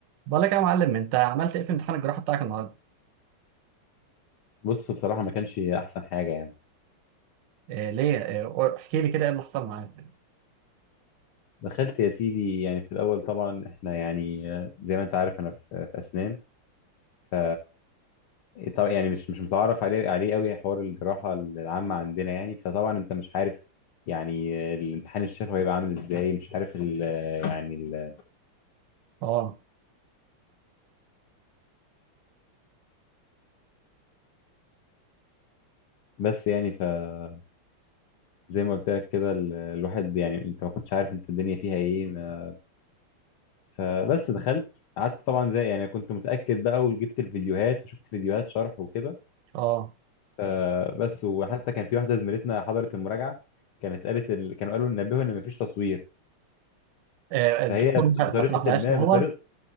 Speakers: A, on the right; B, on the left.
A: بقول لك يا معلم انت عملت ايه في امتحان الجراحه بتاعك النهارده
B: بص بصراحة ما كانش أحسن حاجة يعني
A: إيه ليه إيه احكي لي كده ايه اللي حصل معاك
B: دخلت يا سيدي يعني في الأول طبعا إحنا يعني آه، زي ما أنت عارف أنا في, في أسنان ف طبعا يعني مش مش متعرف عليه عليه قوي حوار الجراحة العامة عندنا يعني فطبعا أنت مش عارف يعني آه، الامتحان الشفوي هيبقى عامل إزاي مش عارف ال آه، يعني ال
A: اه
B: بس يعني فزي ما قلت لك كده ال- الواحد يعني أنت ما كنتش عارف أنت الدنيا فيها إيه ما فبس دخلت قعدت طبعا زي يعني كنت متأكد بقى وجبت الفيديوهات وشفت فيديوهات شرح وكده
A: اه
B: فبس وحتى كان في واحده زميلتنا حضرت المراجعه كانت قالت ال... كانوا قالوا نبهوا ان مفيش تصوير
A: إيه
B: فهي
A: الدكتور
B: بط-
A: ما
B: بطريقه
A: ما سمحلهاش
B: ما
A: تصور
B: بطريقه